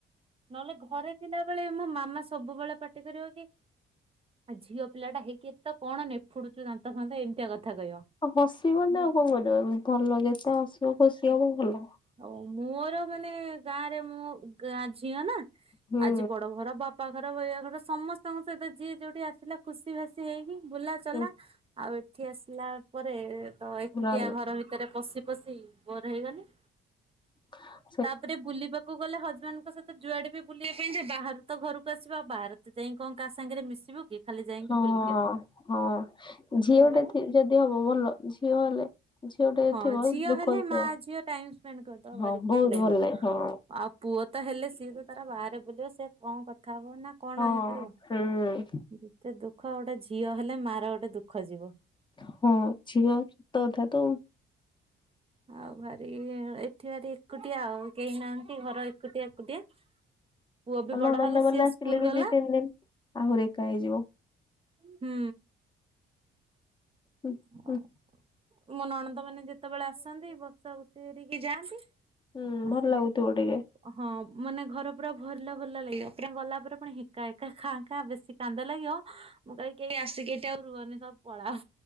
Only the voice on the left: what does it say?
ଆଉ ହସିବନି
ଆଉ କଣ କରିବ ଭଲ ଯେତେ ହସିବ ଖୁସି ହବ ଭଲ।
ହୁଁ
ହୁଁ
ପୁରା
<inaudible>
ହଁ
ହଁ
ଝିଅ ଟେ ଯଦି ହବ ଭଲ ଝିଅ ହେଲେ ଝିଅଟେ
ଥିବ
ଦୁଃଖ
ସିଅ
ହଁ
ବହୁତ
ଭଲ ଲାଗେ ହଁ
ହଁ
ହୁଁ
ହଁ ଝିଅ ତଥା ତ
ଆ ନଣନ୍ଦ
ମନେ ଆସିଲେ
ବି
ଦି ତିନି ଦିନ ଆହୁରି ଏକା ହେଇଯିବ।
ହୁଁ
ହୁଁ
ହୁଁ
ଭଲ ଲାଗୁଥିବ ଟିକେ।